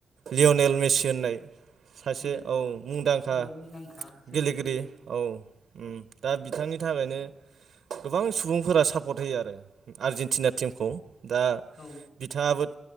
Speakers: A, on the right; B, on the left.
A: लियनेल मेसि होननाय सासे
B: उम
A: औ मुंदांखा
B: जोबोद मुंदांखा जोलुर
A: गेलेगिरि औ उम दा बिथांनि थाखायनो गोबां सुबुंफोरा सापर्ट होयो आरो आर्जेेनटिना टिमखौ दा
B: औ
A: बिथाङाबो